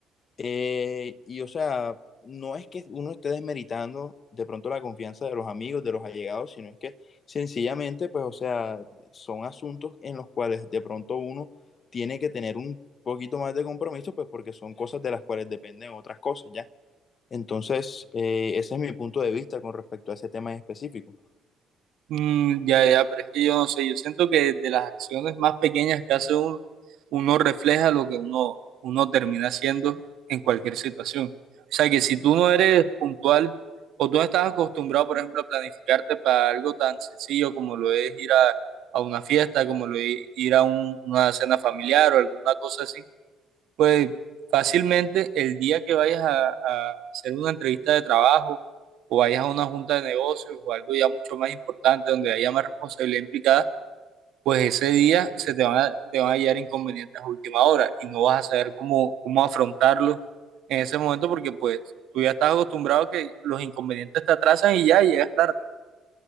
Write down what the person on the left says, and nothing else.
Eh, y o sea, no es que uno esté desmeritando de pronto la confianza de los amigos, de los allegados, sino es que sencillamente, pues, o sea, son asuntos en los cuales de pronto uno tiene que tener un poquito más de compromiso, pues porque son cosas de las cuales dependen otras cosas, ¿ya? Entonces, eh, ese es mi punto de vista con respecto a ese tema en específico.